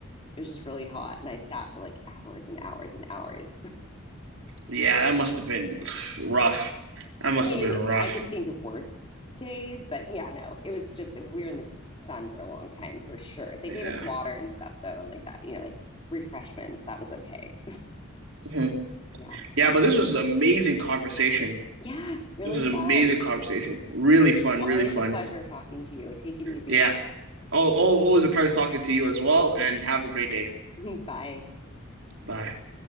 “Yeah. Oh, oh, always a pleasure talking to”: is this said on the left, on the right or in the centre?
Right